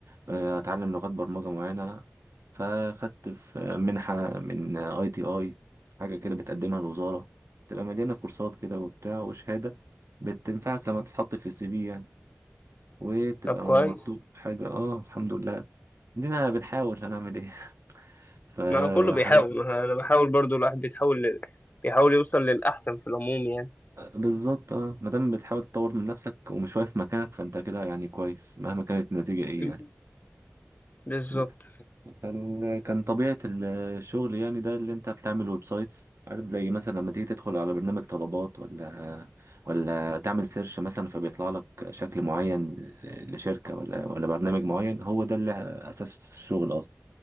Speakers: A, on the right; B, on the left.
A: آه، اتعلم لغات برمجة معينة فاخدت في منحة من اي تي اي حاجة كده بتقدمها الوزارة تبقى مليانة كورسات كده وبتاع وشهادة بتنفعك لما تتحط في السي في يعني وبتبقى
B: طب
A: مطلوب
B: كويس
A: حاجة اه الحمد لله دينا بنحاول هنعمل ايه <laughs> فحاجات
B: ما كله بيحاول ما انا بحاول برضو الواحد بيتحاول ل... بيحاول يوصل للاحسن في العموم يعني
A: بالظبط اه مادام بتحاول تطور من نفسك ومش واقف مكانك فانت كده يعني كويس مهما كانت النتيجة ايه
B: مم،
A: يعني
B: بالظبط
A: بس كان كان طبيعة الشغل يعني ده اللي انت بتعمل ويب سايتس عارف زي مثلا لما تيجي تدخل على برنامج طلبات ولا ولا تعمل سيرش مثلا فبيطلع لك شكل معين لشركة ولا ولا برنامج معين هو ده اللي أساس الشغل أصلا